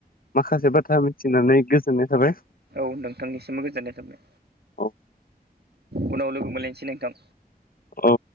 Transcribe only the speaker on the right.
औ नोंथांनिसिमबो गोजोननाय थाबाय।
उनाव लोगो मोनलायनोसै नोंथां।